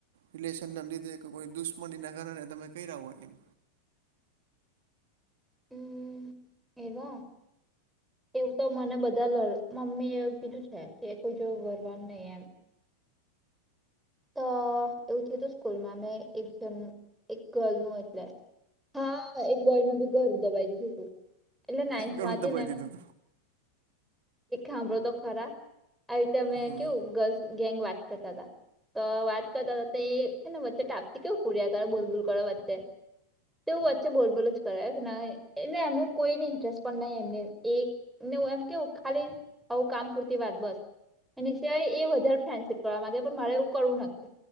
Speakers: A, on the right; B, in the centre.
A: રિલેશનને લીધે કે કોઈ દુશ્મની ના કારણે તમે <unintelligible>
B: હમ્મ, એવા એવું તો મને બધા લ મમ્મી એવું કીધું છે કે કોઈ જો વરવાન નહીં એમ. અ એવું થયું હતું સ્કૂલમાં મે એક જ એક ગર્લ નુ એટલે હા એક બોયનું બી ઘર દબાવી દીધું હતું એટલે નાઈન્થમાં
A: એમ ગળું
B: હતી
A: દબાઈ
B: ને
A: દીધું
B: હાંભડો તો ખરા આવી રીતેમે
A: હતું હમ
B: કેવું ગલ ગેંગ વાત કરતાં હતાં. તો વાત કરતા હતા એ છે ને વચ્ચે ટાપથી કેવું પૂર્યા કરો બોલ બૂલ કરો વચ્ચે તેવું વચ્ચે બોલ બોલ જ કરાય એને અમે કોઈને ઇન્ટરેસ્ટ પણ નહી એમને એક ને હુ એમ કેવું, ખાલી આવું કામ પૂરતી વાત બસ. એ સિવાય એ વધારે ફ્રેન્ડશીપ કરવા માંગ્યા પણ મારે એવું કરવું નથી.